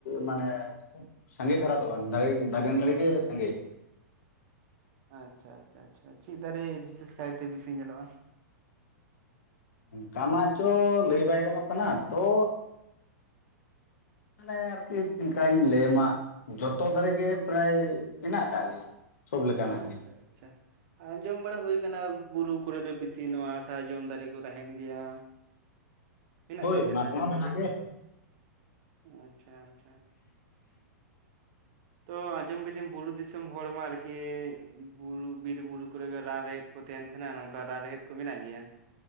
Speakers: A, on the left; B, on the right.
A: ᱢᱟᱱᱮᱼᱼ ᱥᱟᱸᱜᱮ ᱫᱷᱟᱨᱟ ᱫᱚ ᱵᱟᱝ ᱫᱟᱨᱮ ᱫᱟᱨᱮ ᱱᱟᱲᱤ ᱜᱮ ᱥᱟᱸᱜᱮ
B: ᱟᱪᱪᱷᱟ ᱟᱪᱪᱷᱟ ᱟᱪᱪᱷᱟ ᱪᱮᱫ ᱫᱟᱨᱮ ᱵᱤᱥᱮᱥ ᱠᱟᱭ ᱛᱮ ᱵᱮᱥᱤ ᱧᱮᱞᱚᱜ-ᱟ?
A: ᱚᱝᱠᱟ ᱢᱟ ᱪᱚ ᱞᱟᱹᱭ ᱵᱟᱭ ᱜᱟᱱᱚᱜ ᱠᱟᱱᱟ ᱛᱚᱼᱼ ᱢᱟᱱᱮ ᱟᱨᱠᱤ ᱪᱮᱫᱠᱟᱹᱧ ᱞᱟᱹᱭ ᱟᱢᱟ ᱡᱷᱚᱛᱚ ᱫᱟᱨᱮ ᱜᱮ ᱯᱨᱟᱭ ᱢᱮᱱᱟᱜ ᱟᱠᱟᱫ ᱜᱮᱭᱟ ᱥᱚᱵ ᱞᱮᱠᱟᱱᱟᱜ
B: ᱚ ᱟᱪᱪᱷᱟ
A: ᱜᱮ
B: ᱟᱪᱪᱷᱟ ᱟᱸᱡᱚᱢ ᱵᱟᱲᱟ ᱦᱩᱭ ᱟᱠᱟᱱᱟ ᱵᱩᱨᱩ ᱠᱚᱨᱮ ᱫᱚ ᱵᱤᱥᱤ ᱱᱚᱣᱟ ᱥᱟᱨᱡᱚᱢ ᱫᱟᱨᱮ ᱠᱚ ᱛᱟᱦᱮᱱ ᱜᱮᱭᱟ ᱢᱮᱱᱟᱜ
A: ᱦᱳᱭ
B: ᱠᱟᱜ ᱜᱮᱭᱟ
A: ᱚᱱᱟ
B: ᱥᱟᱨᱡᱚᱢ
A: ᱠᱚᱢᱟ
B: ᱫᱟᱨᱮ
A: ᱢᱮᱱᱟᱜ ᱜᱮ
B: ᱟᱪᱪᱷᱟ ᱟᱪᱪᱷᱟ ᱛᱚ ᱟᱸᱡᱚᱢ ᱠᱟᱫᱤᱧ ᱵᱩᱨᱩ ᱫᱤᱥᱚᱢ ᱦᱚᱲ ᱢᱟ ᱟᱨᱠᱤᱼᱼ ᱠᱮ ᱵᱩᱨᱩ ᱵᱤᱨ ᱵᱩᱨᱩ ᱠᱚᱨᱮ ᱨᱟᱱ ᱨᱮᱦᱮᱫ ᱠᱚ ᱛᱟᱦᱮᱱ ᱛᱟᱦᱮᱸᱱᱟ ᱱᱚᱝᱠᱟ ᱨᱟᱱ ᱨᱮᱦᱮᱫ ᱠᱚ ᱢᱮᱱᱟᱜ ᱜᱮᱭᱟ